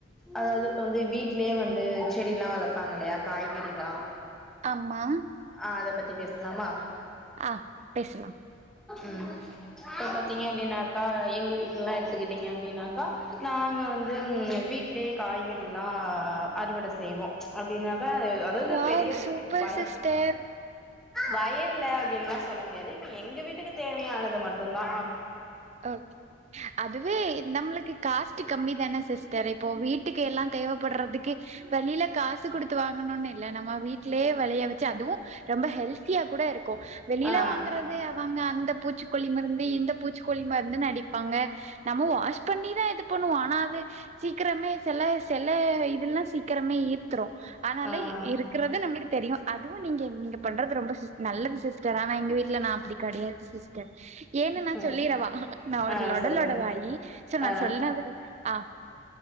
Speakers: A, in the centre; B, on the right.
A: அதாவது இப்ப வந்து வீட்டுலயே வந்து செடிலா வளப்பாங்க இல்லையா காய்கறிலா
B: ஆமா
A: ஆ அத பத்தி பேசலாமா
B: அ பேசலா
A: ம் இப்ப பாத்திங்க அப்டின்னாக்கா எங்க வீட்டுலல்லா எடுத்துக்கிட்டீங்க அப்டின்னாக்கா நாங்க வந்து ம் வீட்லயே காய்கறிலா அறுவடை செய்வோ அப்டின்னாக்கா அதாவது
B: வாவ்
A: பெரிய
B: சூப்பர்
A: வய
B: சிஸ்டர்
A: வய வயல்ல அப்டின்லா சொல்ல முடியாது இப்ப எங்க வீட்டுக்கு தேவையானது மட்டும் தா
B: ஒகே அதுவே நம்மளுக்கு காஸ்ட் கம்மி தானே சிஸ்டர் இப்போ வீட்டுக்கு எல்லாம் தேவைப்பட்றதுக்கே வெளில காசு குடுத்து வாங்கணுன்னு இல்ல நம்ம வீட்லயே வெளைய வெச்சி அதுவு ரொம்ப ஹெல்த்தியா கூட இருக்கு வெளில
A: ஆ
B: வாங்கறதே அவங்க அந்த பூச்சிக்கொல்லி மருந்து இந்த பூச் பூச்சிக்கொல்லி மருந்துனு அடிப்பாங்க நம்ம வாஷ் பண்ணிதா இதுப் பண்ணுவோ ஆனா அது சீக்குரமே செல செல இதுல்லா சீக்கரமே ஈர்த்துறு ஆனால
A: ஆ
B: இருக்கறது நம்ளுக் தெரியு அதுவு நீங்க நீங்க பண்றது ரொம்ப சிஸ் நல்லது சிஸ்டர் ஆனா எங்க வீட்டுல நா அப்டி கெடையாது சிஸ் ஸ்டர் ஏன்னு நா
A: ஆ
B: சொல்லிரவா நா ஒரு
A: ஆ
B: லொடலொட
A: சொல்லுங்க
B: வாயி சோ நா
A: ஆ
B: சொல்னதுக் ஆ